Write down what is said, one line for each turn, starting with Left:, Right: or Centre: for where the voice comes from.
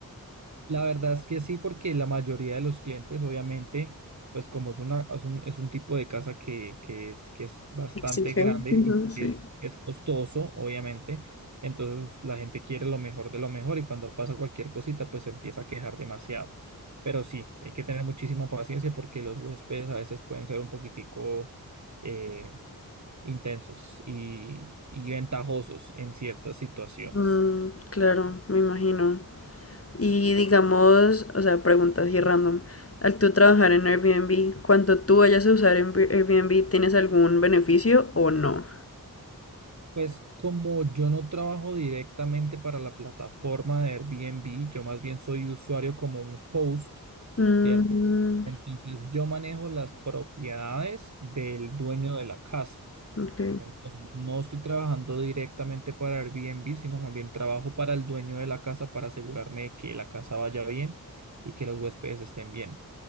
Right: La verdad es que sí, porque la mayoría de los clientes, obviamente, pues como es una, es un, es un tipo de casa que, que es, que es bastante
Left: Exige.
Right: grande
Left: Ujú,
Right: y
Left: Sí.
Right: que es, que es costoso, obviamente, entonces la gente quiere lo mejor de lo mejor y cuando pasa cualquier cosita, pues se empieza a quejar demasiado. Pero sí, hay que tener muchísima paciencia porque los huéspedes a veces pueden ser un poquitico eh, intensos y, y ventajosos en ciertas situaciones.
Left: Mm, claro, me imagino. Y digamos, o sea, preguntas así random. Al tú trabajar en Airbnb, cuando tú vayas a usar en Airbnb, ¿tienes algún beneficio o no?
Right: Pues como yo no trabajo directamente para la plataforma de Airbnb, yo más bien soy usuario como un host,
Left: Mm,
Right: ¿cierto? Entonces yo manejo las propiedades del dueño de la casa.
Left: ok.
Right: Entonces no estoy trabajando directamente para Airbnb, sino más bien trabajo para el dueño de la casa para asegurarme de que la casa vaya bien y que los huéspedes estén bien